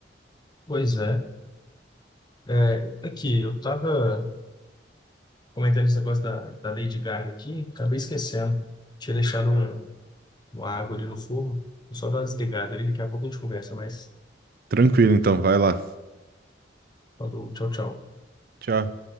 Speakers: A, on the left; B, on the right.
A: pois é. É, aqui, eu estava comentando esse negócio da, da Lady Gaga aqui, acabei esquecendo. Tinha deixado um, uma água ali no fogo, vou só dar uma desligada ali, daqui a pouco a gente conversa, mas
B: Tranquilo, então, vai lá.
A: falou, tchau, tchau.
B: Tchau.